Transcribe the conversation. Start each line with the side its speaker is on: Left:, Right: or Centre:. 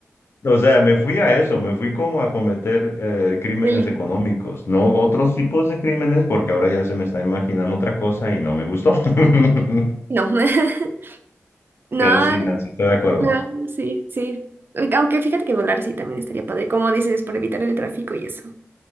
Left: o sea, me fui a eso, me fui como a cometer eh, crímenes
Right: Feliz.
Left: económicos, no otros tipos de crímenes, porque ahora ya se me está imaginando otra cosa y no me gustó. <laughs>
Right: No, <laughs> no,
Left: Pero sí, Nancy, estoy de acuerdo.
Right: no, sí, sí. Aunque fíjate que volar sí también estaría padre, como dices, para evitar el tráfico y eso.